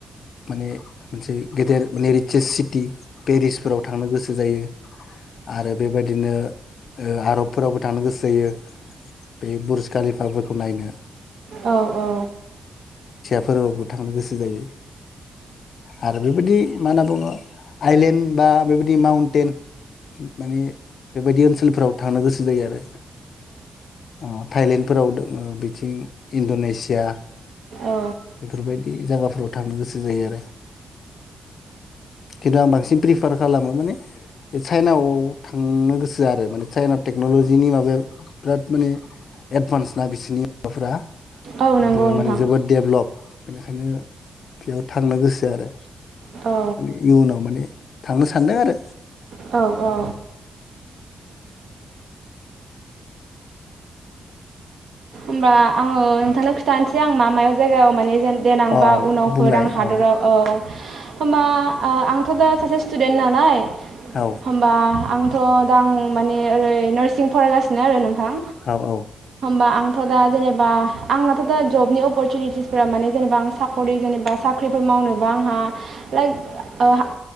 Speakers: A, on the left; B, on the right.
A: माने मोनसे गेदेर माने रिचार्स सिटि पेरिसफोराव थांनो गोसो जायो आरो बेबायदिनो आरबफोरावबो थांनो गोसो जायो बे बुरज कलिफाफोरखौ नायनो
B: औ औ।
A: फोरावबो थांनो गोसो जायो। आरो बेबायदि मा होनना बुङो थाइलेन बा बेबायदि माउनटेन माने बेबायदि ओनसोलफोराव थांनो गोसो जायो आरो। अ थाइलेन फोराव दोङो बिथिं इनद'नेसिया
B: औ
A: इफोर बायदि इ जागाफोराव थांनो गोसो जायो आरो। किन्तु आं बांसिन प्रिफार खालामो माने साइनाव थांनो गोसो आरो माने साइना टेक्न'लजिनि माबाया बिराद माने एदभान्स ना बिसोरनि माबाफोरा
B: औ नंगौ
A: दे
B: नोंथां
A: माने जोबोद देबलप। बेनिखायनो बेयाव थांनो गोसो आरो।
B: औ।
A: माने इयुनाव माने थांनो सानदों आरो।
B: औ औ। ओमबा आङो नोंथांनो खिथानोसै आं मा मायाव जायगायाव माने जेन देनां
A: अ
B: बा उनाव फोरदां
A: बुंलाय
B: हादराव
A: अ
B: औ होमबा आ आंथ' दा सासे स्तुदेन नालाय
A: औ
B: होमबा। श आंथ' दा आं माने ओरै नार्सिं फरायगासिनो आरो नों थां
A: औ औ
B: होमबा आं थ' दा जेनेबा आंनाथ' दा जबनि अपरसुनिटिसफोरा माने जेनेबा आं साख'रि जेनेबा साख्रिफोर मावनोबा आंहा लाइक ओ हा